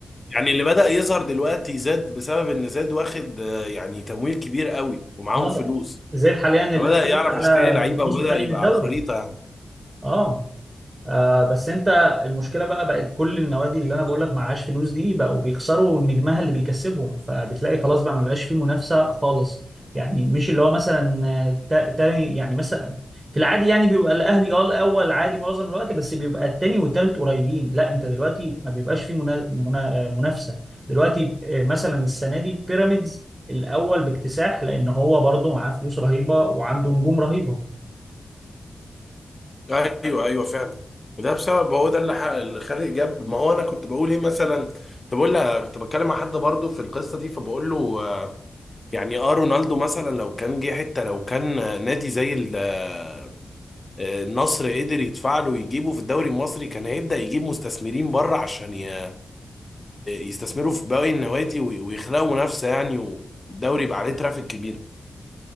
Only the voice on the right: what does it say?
اه
زي حاليا الاول
على
النص
الثاني
من الدوري
اه آه بس انت المشكله بقى بقت كل النوادي اللي انا بقول لك معهاش فلوس دي بقوا بيخسروا نجمها اللي بيكسبهم فبتلاقي خلاص بقى ما بقاش فيه منافسه خالص يعني مش اللي هو مثلا آه، تا- تاني يعني مثلا في العادي يعني بيبقى الاهلي اه الاول عادي معظم الوقت بس بيبقى التاني والتالت قريبين لا انت دلوقتي ما بيبقاش فيه منا- منا- آه، منافسه دلوقتي آه، مثلا السنه دي بيراميدز الاول باكتساح لان هو برضه معاه فلوس رهيبه وعنده نجوم رهيبه